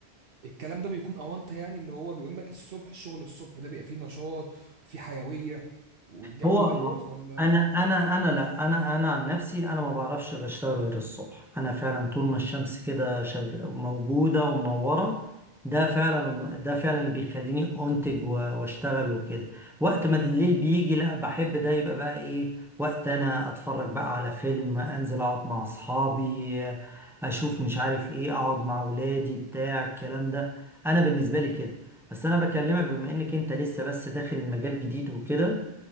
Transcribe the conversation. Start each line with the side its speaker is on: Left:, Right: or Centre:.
Right: الكلام ده بيكون اونطه يعني اللي هو بيقول لك الصبح الشغل الصبح ده بيبقى فيه نشاط وفيه حيويه والجو
Centre: هو
Right: دوت
Centre: ما-
Right: ولا
Centre: انا انا انا لا انا انا عن نفسي انا ما بعرفش غير اشتغل غير الصبح انا فعلا طول ما الشمس كده شغ... موجوده ومنوره ده فعلا ده فعلا اللي بيخليني انتج و- واشتغل وكده وقت ما الليل بيجي لا بحب ده يبقى بقى ايه وقت انا اتفرج بقى على فيلم انزل اقعد مع اصحابي اشوف مش عارف ايه اقعد مع ولادي بتاع الكلام ده انا بالنسبه لي كده بس انا بكلمك بما انك انت لسه بس داخل المجال جديد وكده